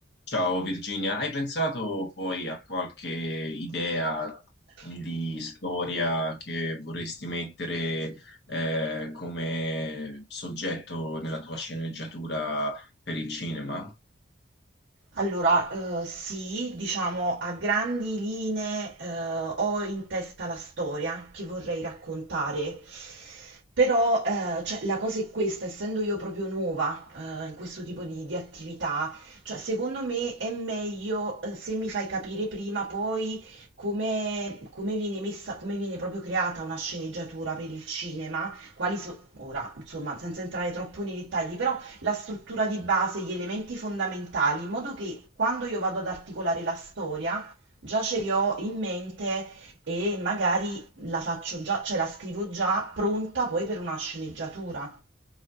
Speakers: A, on the left; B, on the right.
A: Ciao Virginia, hai pensato poi a qualche idea
B: Io
A: di storia che vorresti mettere eh, come soggetto nella tua sceneggiatura per il cinema?
B: Allora, eh, sì, diciamo a grandi linee eh, ho in testa la storia che vorrei raccontare, però eh, cioè, la cosa è questa, essendo io proprio nuova eh, in questo tipo di, di attività, cioè, secondo me è meglio eh, se mi fai capire prima poi come, come viene messa, come viene proprio creata una sceneggiatura per il cinema, quali sono, ora, insomma, senza entrare troppo nei dettagli, però la struttura di base, gli elementi fondamentali, in modo che quando io vado ad articolare la storia, già ce li ho in mente e magari la faccio già, cioè la scrivo già pronta poi per una sceneggiatura.